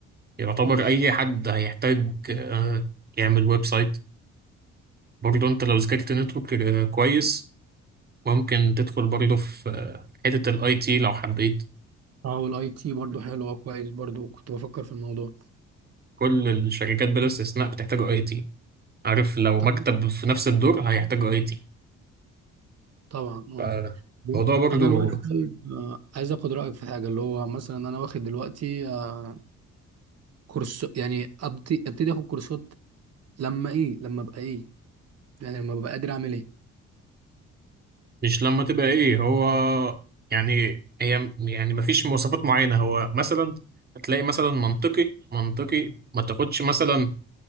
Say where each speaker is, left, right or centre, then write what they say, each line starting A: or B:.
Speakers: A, on the right; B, on the right.
A: يعتبر
B: أمم.
A: أي حد هيحتاج آه، يعمل ويب سايت برضه أنت لو ذاكرت نتورك آه، كويس ممكن تدخل برضه في آه، حتة الأي تي لو حبيت
B: اه والاي تي برضه حلو اه كويس برضه كنت بفكر في الموضوع
A: كل الشركات بلا استثناء بتحتاج أي تي عارف لو
B: طب-
A: مكتب في نفس الدور هيحتاج أي تي
B: طبعا آه.
A: فالموضوع
B: بص،
A: برضه
B: انا الوقت طالب آه، عايز اخد رايك في حاجه اللي هو مثلا انا واخد دلوقتي آه، كورس يعني ابتدي ابتدي اخد كورسات لما ايه لما ابقى ايه يعني لما ببقى قادر اعمل ايه
A: مش لما تبقى إيه هو يعني هي يعني مفيش مواصفات معينة هو مثلا هتلاقي مثلا منطقي منطقي ما تاخدش مثلا